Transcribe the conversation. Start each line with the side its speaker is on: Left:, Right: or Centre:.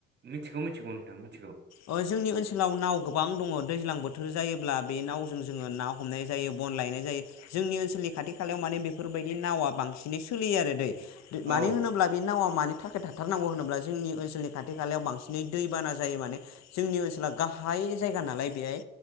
Right: मिथिगौ मिथिगौ नोंथां मिथिगौ
Left: ओ जोंनि ओनसोलाव नाव गोबां दङ दैज्लां बोथोर बोथोर जायोब्ला बे नावजों जोङो ना हमनाय जायो बन लायनाय जायो। जोंनि ओनसोलनि खाथि खालायाव माने बेफोरबायदि नावा बांसिनै सोलियो आरो दै
Right: औ
Left: मानो होनोब्ला बेनि नावा मा थाखाय थाथारनांगौ होनोब्ला जोंनि ओनसोलनि खाथि खालायाव बांसिनै दैबाना जायो माने जोंनि ओनसोला गाहाय जायगा नालाय बेहाय